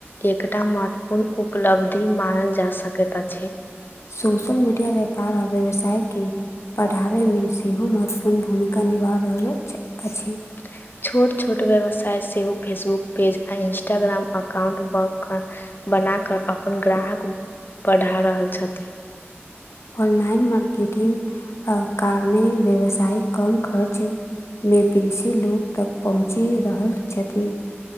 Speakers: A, on the left; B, on the left.
A: एकटा महत्वपूर्ण उपलब्धि मानल जा सकैत अछि।
B: सोशल मीडिया व्यापार आ व्यवसाय के पढ़ाबैमे सेहो महत्वपूर्ण भूमिका निभा रहल छ अछि।
A: <inaudible> छोट छोट व्यवसाय सेहो फेसबुक पेज आ इन्स्टाग्राम अकाउंट ब कऽ बना कर अपन ग्राहक बढ़ा रहल छथि।
B: ऑनलाइन मार्केटिंग आ कारने व्यवसाय कम खर्च मे बेसी लोग तक पहुँची रहल छथि।